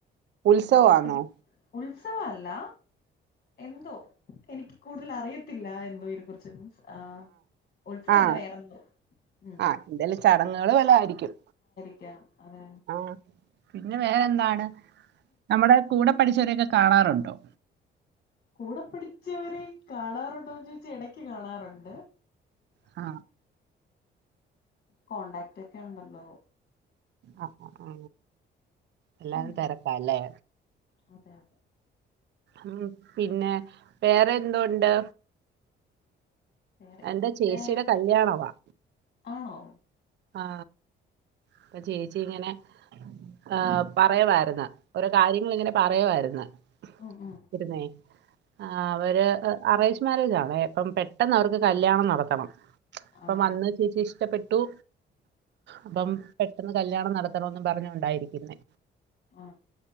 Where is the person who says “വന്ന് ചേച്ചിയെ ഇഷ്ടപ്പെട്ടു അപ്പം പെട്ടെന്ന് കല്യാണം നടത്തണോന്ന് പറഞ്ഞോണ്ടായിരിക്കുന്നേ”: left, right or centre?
Right